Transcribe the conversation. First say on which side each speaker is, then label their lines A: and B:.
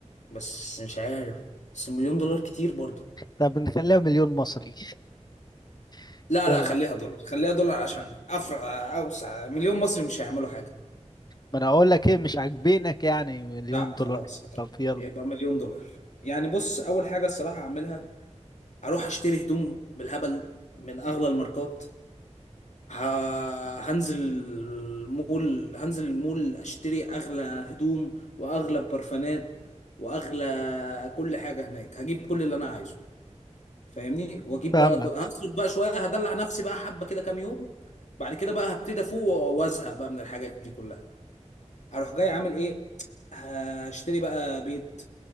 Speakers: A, on the left (about 70°); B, on the left (about 35°).
A: بس مش عارف بس مليون دولار كتير برضه
B: طب نخليها مليون مصري <laughs>
A: لا
B: يلا
A: لا خليها دولار خليها دولار عشان افرع اوسع مليون مصري مش هيعملوا حاجه
B: ما انا اقول لك ايه مش عاجبينك يعني مليون
A: لا
B: دولار
A: خلاص
B: طب يلا
A: يبقى مليون دولار يعني بص اول حاجه الصراحه هعملها اروح اشتري هدوم بالهبل من اغلى الماركات ه- هنزل المول هنزل المول اشتري اغلى هدوم واغلى برفانات واغلى كل حاجه هناك هجيب كل اللي انا عايزه فاهمني واجيب
B: فاهمك
A: بقى ك- هصرف بقى شويه هدلع نفسي بقى حبه كده كام يوم بعد كده بقى هبتدي افوق و- وازهق بقى من الحاجات دي كلها هروح جاي عامل ايه هشتري بقى بيت